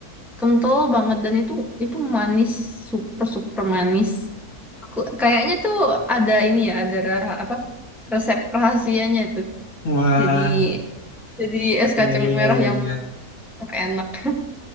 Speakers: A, in the centre; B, on the left.
A: kental banget dan itu itu manis, super super manis. Ku- Kayaknya tuh ada ini ya, ada ra- apa? Resep rahasianya itu
B: Wah,
A: Jadi Jadi es
B: ya,
A: kacang
B: ya,
A: merah
B: ya,
A: yang
B: ya.
A: enak.